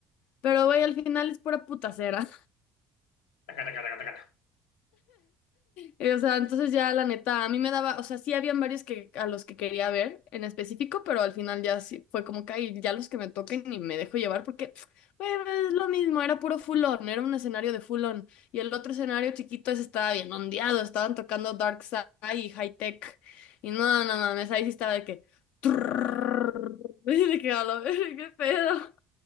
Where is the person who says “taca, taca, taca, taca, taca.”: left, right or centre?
Left